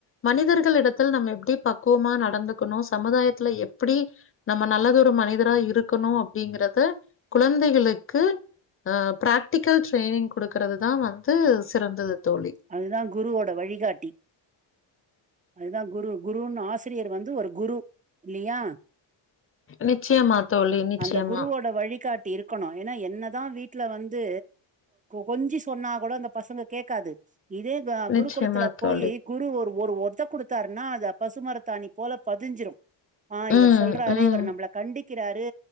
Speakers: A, on the left; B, on the right.
A: மனிதர்கள் இடத்தில் நம்ம எப்டி பக்குவமா நடந்துக்கணு சமுதாயத் தலே எப்டி நம்ம நல்லதொரு மனிதரா இருக்குணு அப்டிங்கறதே குழந்தைகளுக்கு ஆ பிராக்டிக்கல் ட்ரைனிங் குடுக்கறது தா வந்து சிறந்தது தோழி
B: அதுதா குருவோட வழிகாட்டி அதா குரு குருன் ஆசிரியர் ஒரு வந்து குரு இல்லையா
A: நிச்சயமா தோழி நிச்சயமா
B: அந்த குருவோட வழிகாட்டி இருக் க்கணு ஏன்னா என்னதா வீட்ல வந்து கொஞ்சி சொன்னா கூட அந்த பசங்க கேக்காது இதே
A: நிச்சயமா
B: குருகுளத்துல
A: தோழி
B: போயி குரு ஒரு ஒத குடுத்தாருன்னா அத பசுமரத்தாணி போல பதிஞ்சிரு ஆ இவர்
A: ம்
B: சொல்றாரு
A: ம்
B: இவர் நம்மள கண்டிக்கிறாரு